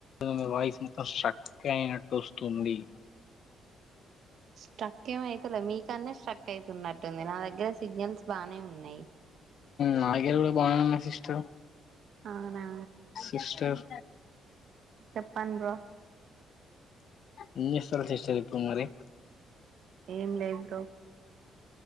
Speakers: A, on the left; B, on the right.
A: మీ వాయిఫ్ ఫస్ స్ట్రక్ అయినట్టు వస్ తుంది
B: స్ట్రక్ ఏమ్ అయితలే మీ కాడ్నే స్ట్రక్ అయితున్నట్టుంది నా దగ్గర సిగ్నల్స్ బానే ఉన్నాయి
A: నా దగ్గర కూడా బానే ఉన్నాయి సిస్టర్
B: అవునా
A: సిస్టర్
B: చెప్పండి బ్రో
A: ఎం జేస్తరు సిస్టర్ ఇప్పుడు మరి
B: ఏం లేదు బ్రో